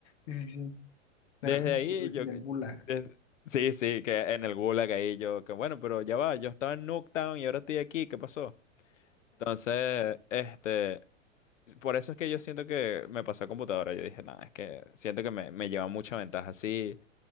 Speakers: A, on the left (about 60°); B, on the left (about 75°).
A: sí, sí. sí.
B: Desde
A: De repente
B: ahí
A: se lo decía,
B: yo...
A: gulag.
B: des- Sí, sí, que en el Gulag ahí yo, que bueno, pero ya va, yo estaba en Nuketown y ahora estoy aquí, ¿qué pasó? Entonces, este, Por eso es que yo siento que me pasó a computadora. Yo dije, nada, es que siento que me, me lleva mucha ventaja así.